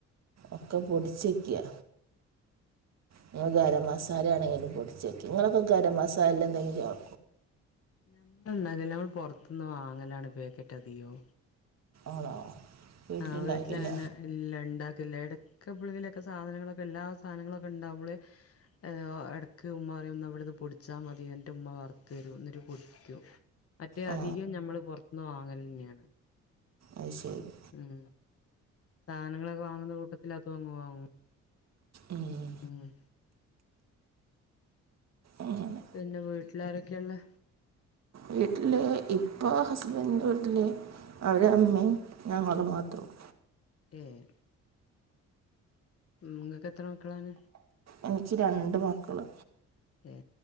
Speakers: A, on the right; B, on the left.
A: ഒക്കെ പൊടിച്ചെക്ക്യ ഞങ്ങൾ ഗരം മസാലയാണെങ്കിലും പൊടിച്ചേക്കും നിങ്ങളഒക്കെ ഗരം മസാലേൽ എന്തെങ്കിലും ചേർ
B: ഞമ്മൾ ഉണ്ടാക്കെല്ല ഞമ്മൾ പുറത്തിന്ന് വാങ്ങലാണ് പാക്കറ്റ് അധികം
A: ആണോ? വീട്ടിലുണ്ടാക്കില്ല
B: ആഹ് വീട്ടിലങ്ങനെ എല്ല ഇണ്ടാക്കില്ല ഇടക്ക എപ്പോളെങ്കിലു മൊക്കെ സാധനങ്ങളൊക്കെ എല്ലാ സാധനങ്ങളൊക്കെ ഉണ്ടാവകുമ്പള് എ ഇടയ്ക്ക് ഉമ്മ പരിംന്ന വ്ട്ന്ന് പൊടിച്ചാൽ മതി എന്റെ മ്മ വറുത്തു തരും ന്നീട്ട് പൊ ക്കു മറ്റേ
A: ആ
B: അധികം ഞമ്മള് പുറത്തുന്ന് വാങ്ങലെന്നെയാണ്
A: അയ്ശേരി
B: ഉം സാധനങ്ങളൊക്കെ വാങ്ങുന്ന കൂട്ടത്തിൽ അതും അങ്ങ് വാങ്ങും
A: ഏഹ്
B: ഉം
A: അങ്ങനെ
B: പിന്നെ വീട്ടിലാരൊക്കെയുള്ളെ?
A: വീട്ടില് ഇപ്പ ഹസ്ബൻഡിൻ്റെ വീട്ടിൽ അവരെ ഉമ്മയും ഞങ്ങളു മാത്രള്ള
B: ഏഹ് ഉം ങ്ങൾക്കെത്ര മക്കളാണ്?
A: എനിക്ക് രണ്ട് മക്കള്
B: എ